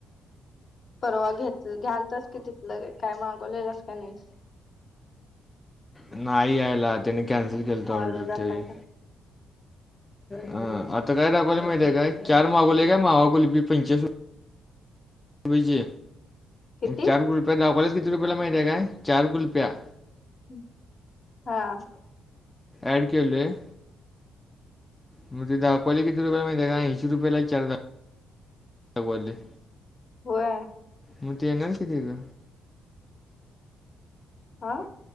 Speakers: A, on the left (about 45°); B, on the left (about 15°).
A: परवा घेतल घ्याल तास की तिथलं, काय मागवलेलंस का नाहीस?
B: नाही यायला, त्याने कॅन्सल केलंत
A: हॉल
B: ऑर्डर
A: दाखवायचं
B: त्यावेळी हा आता काय दाखवायलय माहितीये काय? चार मागवले काय मावाकुल्फी पंचेचाळीस रू वीजे
A: किती
B: चार कुलफ्या दाखवालेत किती रुपयाला माहती हाय काय? चार कुल्फ्या
A: हमं हा.
B: ॲड केलोय. म्हणजे दाखवालय कीती रुपये माहित आहे का? ऐंशी रुपयाला चार दाख समजले.
A: होय.
B: मग तू येणारस काय तिक?
A: आ.